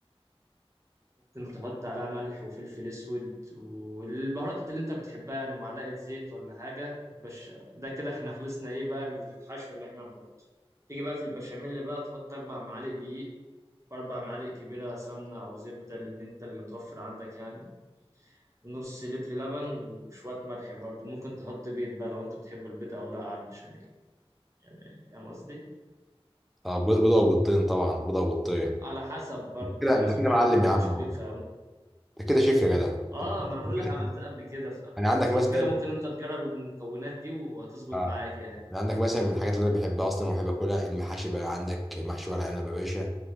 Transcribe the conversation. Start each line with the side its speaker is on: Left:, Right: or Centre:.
Right: ممكن تحط عليها ملح وفلفل اسود والبهارات اللي انت بتحبها يعني ومعلقه زيت ولا حاجه وتبش ده كده احنا خلصنا ايه بقى من الحشو اللي احنا هنحطه تيجي بقى في البشاميل بقى تحط اربع معالق دقيق واربع معالق كبيره سمنه او زبده اللي انت اللي متوفر عندك يعني ونص لتر لبن وشويه ملح برضو ممكن تحط بيض بقى لو انت بتحب البيض او لا على البشاميل يعني فاهم قصدي
Centre: آه، بيض- بيضه وبيضتين طبعا بيضه وبيضتين
Right: على حسب برضو
Centre: انت كده
Right: في
Centre: انت
Right: ناس ما
Centre: كده معلم
Right: بتحبش
Centre: يا عم اهو
Right: البيض ف
Centre: انت كده شيف يا جدع
Right: اه
Centre: انت
Right: ما انا بقول
Centre: كده
Right: لك عملتها قبل كده فلو
Centre: انا عندك مثلا
Right: كده ممكن انت تجرب المكونات دي وهتظبط
Centre: آه،
Right: معاك يعني
Centre: انا عندك مثلا من الحاجات اللي انا بحبها اصلا وبحب اكلها المحاشي بقى عندك محشي ورق عنب يا باشا